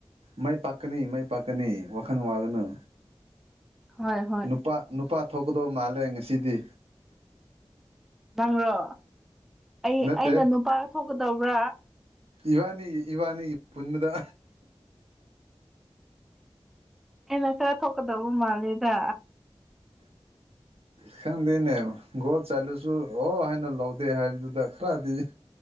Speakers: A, on the right; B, in the centre.
A: ꯃꯥꯏ ꯄꯥꯛꯀꯅꯤ ꯃꯥꯏ ꯄꯥꯛꯀꯅꯤ ꯋꯥꯈꯜ ꯋꯥꯒꯅꯨ
B: ꯍꯣꯏ ꯍꯣꯏ
A: ꯅꯨꯄꯥ ꯅꯨꯄꯥ ꯊꯣꯛꯀꯗꯧꯕ ꯃꯥꯜꯂꯦ ꯉꯁꯤꯗꯤ
B: ꯅꯪꯔꯣ ꯑꯩ
A: ꯅꯠꯇꯦ
B: ꯑꯩꯅ ꯅꯨꯄꯥ ꯊꯣꯛꯀꯗꯧꯕ꯭ꯔꯥ
A: ꯏꯕꯥꯅꯤ ꯏꯕꯥꯅꯤꯒꯤ ꯄꯨꯟꯕꯗ
B: ꯑꯩꯅ ꯈꯔ ꯊꯣꯛꯀꯗꯧꯕ ꯃꯥꯜꯂꯦꯗ
A: ꯈꯪꯗ‌ꯦꯅ‌ꯦ ꯒ‌ꯣꯜ ꯆꯠꯂꯁꯨ ꯁꯨ ꯑꯣ ꯍꯥꯏꯅ ꯂꯧꯗꯦ ꯍꯥꯏꯕꯗꯨꯗ ꯈꯔꯗꯤ